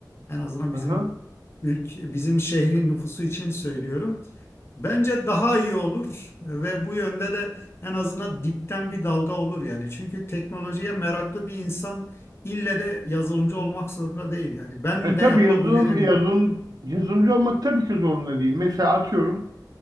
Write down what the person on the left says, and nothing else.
en azından
bizim ülke, bizim şehrin nüfusu için söylüyorum. Bence daha iyi olur ve bu yönde de en azından dipten bir dalga olur yani. Çünkü teknolojiye meraklı bir insan ille de yazılımcı olmak zorunda değil yani. Ben
de yapabilirim.